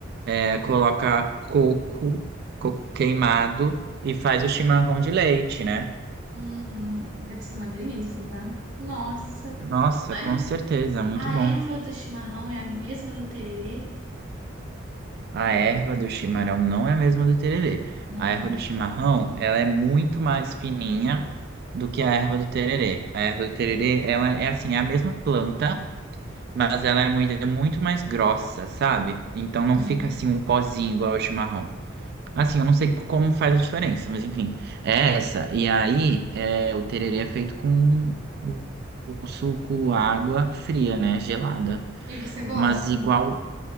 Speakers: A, on the right; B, on the right.
A: é, coloca coco, coco queimado e faz o chimarrão de leite, né?
B: Uhum, deve ser uma delícia, tá? Nossa.
A: Nossa,
B: Mas
A: com certeza, muito
B: a
A: bom.
B: erva do chimarrão é a mesma do tererê?
A: A erva do chimarrão não é a mesma do tererê.
B: Não
A: A erva
B: é.
A: do chimarrão, ela é muito mais fininha do que a erva do tererê. A erva do tererê, ela é assim, é a mesma planta, mas ela é moída muito mais grossa, sabe? Então não
B: Uhum.
A: fica assim um pozinho igual ao chimarrão. Assim, eu não sei como faz a diferença, mas enfim, é essa. E aí, é, o tererê é feito com o o suco, água fria, né? Gelada.
B: E você gosta?
A: Mas igual